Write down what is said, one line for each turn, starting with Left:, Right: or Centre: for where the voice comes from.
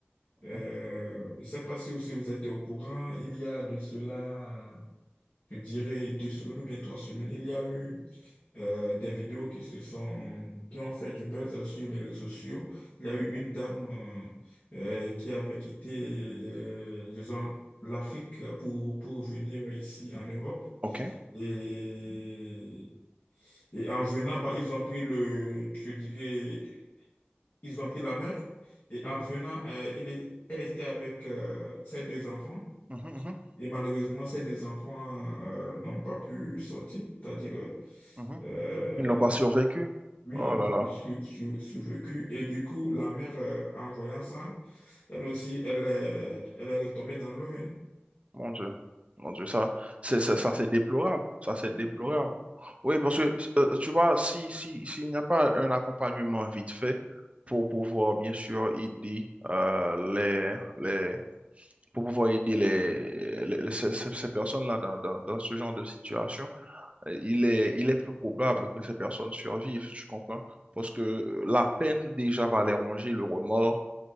Right: Mhm,
Left: Euh, je sais pas si aussi vous êtes au courant, il y a de cela, je dirais, deux semaines ou bien trois semaines, il y a eu euh, des vidéos qui se sont, qui ont fait du buzz sur les réseaux sociaux. Il y a eu
Right: mhm.
Left: une dame euh, euh, qui avait quitté, euh, disons, l'Afrique pour, pour revenir ici en Europe.
Right: OK.
Left: Et, et en venant, bah, ils ont pris le, je dirais, ils ont pris la mer. Et
Right: Mhm,
Left: en venant, euh, il est- elle était avec euh, ses deux enfants.
Right: mhm, mhm,
Left: Et malheureusement, ces deux enfants euh, n'ont pas pu sortir, c'est-à-dire
Right: mhm.
Left: euh,
Right: Ils n'ont pas survécu.
Left: Oui,
Right: Oh
Left: ils n'ont
Right: là
Left: pas
Right: là,
Left: pu su- su- survécu. Et du coup, la mère, euh, en voyant ça, elle aussi, elle est, elle est retombée dans l'eau. hein.
Right: mon Dieu. Mon Dieu, ça, c'est, ça,
Left: Donc,
Right: ça, c'est déplorable. Ça, c'est
Left: C'est
Right: déplorable.
Left: déplorable.
Right: Oui, parce que, euh, tu vois, si, si, s'il n'y a pas un accompagnement vite fait pour pouvoir, bien sûr, aider, euh, les, les, pour pouvoir aider les, les- les- ces, ces- ces personnes-là dans, dans, dans ce genre de situation, euh, il est, il est peu probable que ces personnes survivent, tu comprends? Parce que la peine déjà va les ronger, le remords